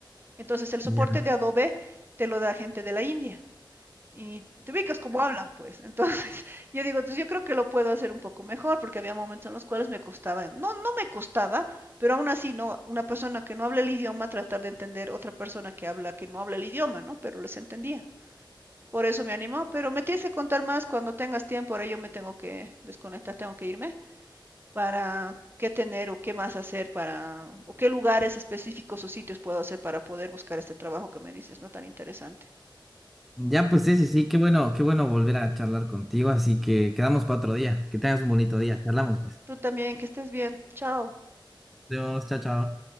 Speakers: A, on the right (about 25°); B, in the centre.
A: Entonces el soporte
B: ya.
A: de Adobe te lo da gente de la India y te ubicas como hablan, pues. <laughs> Entonces, yo digo, entonces yo creo que lo puedo hacer un poco mejor, porque había momentos en los cuales me costaba, no, no me costaba, pero aún así, no, una persona que no habla el idioma, tratar de entender otra persona que habla, que no habla el idioma, ¿no? Pero les entendía. Por eso me animó, pero me tienes que contar más cuando tengas tiempo. Ahora yo me tengo que desconectar, tengo que irme para qué tener o qué más hacer para, o qué lugares específicos o sitios puedo hacer para poder buscar este trabajo que me dices, no tan interesante.
B: Ya, pues sí, sí, sí, qué bueno, qué bueno volver a charlar contigo, así que quedamos para otro día. Que tengas un bonito día, charlamos pues.
A: Tú también, que estés bien. Chao.
B: Adiós, chao, chao.